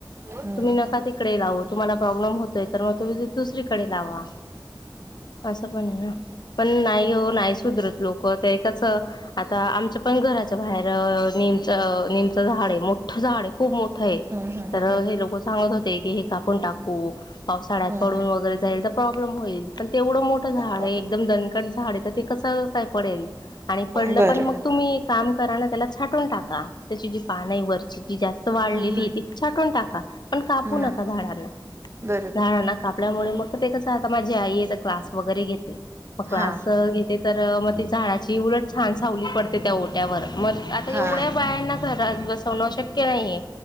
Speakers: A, on the right; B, on the left.
A: हम्म.
B: तुम्ही नका तिकडे लावू तुम्हाला प्रॉब्लेम होतोय तर मग तुम्ही दुसरीकडे लावा. असं पण आहे, पण नाही हो नाहीच सुदरत लोक ते कच आता आमच्या पण घराच्या बाहेर निमचं निमचं झाड आहे मोठं झाड आहे खूप मोठं आहे.
A: हम्म हम्म
B: तर हे लोक सांगत होते की हे कापण टाकू पावसाळ्यात
A: हम्म
B: पडून
A: हम्म
B: वगैरे जाईल तर प्रॉब्लेम होईल. पण तेवढं मोठं
A: हम्म.
B: झाड आहे एकदम दनकट झाड आहे तर ते कस काय पडेल, आणि पडलं
A: बरं
B: पण मग तुम्ही एक काम करा ना त्याला छाटून टाका. त्याची जी पान नाही वरची जी जास्त वाढलेली
A: हम्म हम्म
B: ती छटून टाका पण कापू
A: हम्म
B: नका झाडांना.
A: बरोबर
B: झाडांना कापल्यामुळे मग ते कस आता माझी आई आहे क्लास वगैरे घेत ते मग क्लास
A: हा.
B: घेत तर मग ती झाडाची उलट छान सावली पडते त्या ओट्यावर मग आता
A: हा
B: एवढ्या बायांना घरात बस ल्या वर शक्य नाही